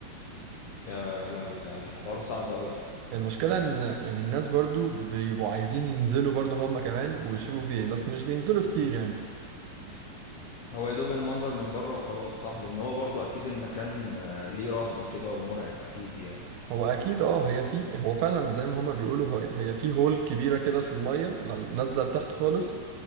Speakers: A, on the left; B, on the right.
A: يا لهوي ده الحوار صعب قوي
B: المشكلة إن يعني الناس برضو بيبقوا عايزين ينزلوا برضو هم كمان ويشوفوا فيه بس مش بينزلوا كتير يعني
A: هو يا دوب المنظر من بره وخلاص صح لان هو برضو اكيد المكان آه، ليه رهبة كده ومرعب اكيد يعني
B: هو اكيد اه هي في هو فعلا زي ما هما بيقولوا هي هي في هول كبيره كده في الميه ل- نازله لتحت خالص